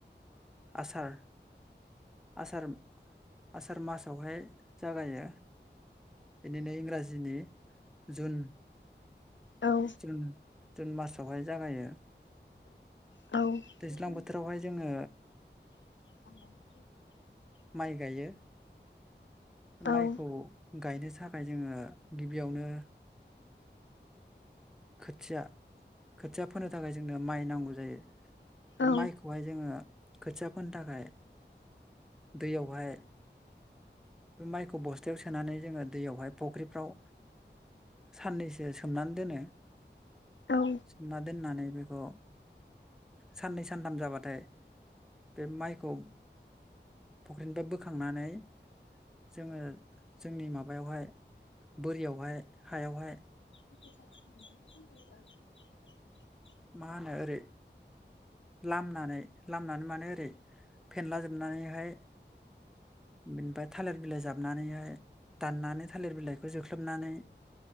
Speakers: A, in the centre; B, on the left.
A: आसार आसार आसार मासावहाय जागायो बिनिनो इंराजिनि जुन
B: औ
A: जुन जुन मासावहाय जागायो
B: औ आ म <unintelligible>
A: दैज्लां बोथोरावहाय जोङो माइ गायो। माइखौ
B: औ
A: गायनो जा थाखाय जोङो गिबियावनो खोथिया खोथिया फोनो थाखाय जोंनो माइ नांगौ जायो। बे
B: औ
A: माइखौहाय जोङो खोथिया फोनो थाखाय दैयावहाय बे माइखौ बस्थायाव सोनानै जोङो दैयावहाय फुख्रिफ्राव साननैसो सोमनानै दोनो।
B: औ
A: सोमना दोननानै बेखौ साननै सानथाम जाबाथाय बे माइखौ फुख्रिनिफ्राय बोखांनानै जोङो जोंनि माबायावहाय बोरियावहाय हायावहाय
B: <inaudible>
A: मा होनो ओरै लामनानै लामनानै माने ओरै फेनला जोबनानैहाय बेनिफ्राय थालिर बिलाइ जाबनानैहाय दाननानै थालिर बिलाइखौ जोख्लोबनानै